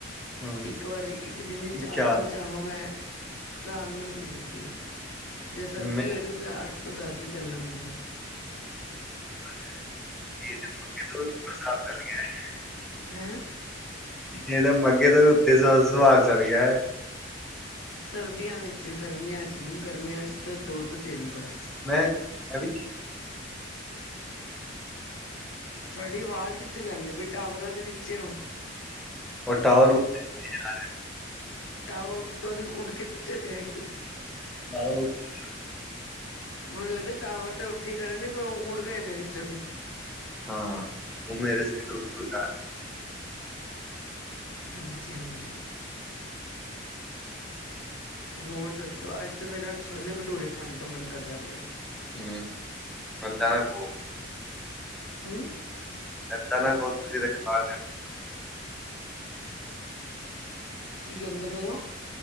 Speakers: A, in the centre; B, on the left.
A: ਹਮ,
B: ਈਕ ਵਾਰੀ ਈਕ ਦੀਨ
A: ਇਹ
B: ਚਾਰ-ਪੰਜ
A: ਚਾਹ
B: ਚਾਵਾਂ ਮੈਂ ਆਰਾਮ ਨਾਲ ਪੀ ਸਕਦੀ ਆਂ ਜੇ ਸਰਦੀ
A: ਮੇਰੇ
B: ਹੋਵੇ ਤਾਂ ਤਾਂ ਅੱਠ ਤੋਂ ਦਸ ਵੀ ਚੱਲਣਗੀਆਂ।
A: ਹਾਜੀ, ਏ ਤਾਂ ਮੱਕੇ ਤੋ ਵੀ <unintelligible>
B: ਹੈਂ
A: ਏ ਤੇ ਮੱਕੇ ਤੋ ਵੀ ਉਤੇ ਸਾ ਸਵਾਲ ਚੱਲ ਗੇਆ ਏ
B: ਸਰਦੀਆਂ ਵੇਚ ਗਰਮੀਆਂ ਚ ਨਈ ਗਰਮੀਆਂ ਚ ਤਾਂ ਦੋ ਤੋਂ ਤੇਨ ਬਸ।
A: ਮੈਂ ਮੈਂ ਵੀ
B: ਧੁਆਡੀ ਆਵਾਜ਼ ਕੀਥੇ ਜਾਂਦੀ ਬਈ ਟਾਵਰਾਂ ਦੇ ਨੀਚੇ ਓ।
A: ਓ ਟਾਵਰ ਉਤੈ-ਉਤੇ ਜਾ ਰਏ।
B: ਟਾਵਰ ਓਤੋਂ ਦੀ ਉੱਡ ਕੇ ਤੇ ਨੀ ਚਲੇਆ ਕੀਦਰੇ।
A: <unintelligible>
B: ਮੇ ਲੱਗਦਾ ਟਾਵਰ ਤੇ ਓਥੇ ਈ ਖੜੇ ਨੇ ਪਰ ਓ ਊਡ ਗਏ ਨੇ ਵੀਚੋਂ ਦੀ।
A: ਹਾਂ ਓ ਮੇਰੇ ਸੇਰ ਉੱਤੋਂ ਜਾ
B: ਹਾਂਜੀ-ਹਾਂਜੀ। ਹੋਰ ਦੱਸੋ ਅੱਜ ਤਾਂ ਮੇਰਾ ਛੋਲੇ ਭਟੂਰੇ ਖਾਣ ਤੋਂ ਮਨ ਕਰਦਾ ਪੇਆ ਐ।
A: ਹੂੰ, ਕੰਤਾ ਨਾ ਖੋ
B: ਹੂੰ।
A: ਏਦਾ ਨਾ ਕੋ ਤੁਸੀਂ ਦੇਖ ਡਕਾਲ ਲਿਆ।
B: ਕੀ ਕਹਿੰਦੇ ਪੇ ਓ?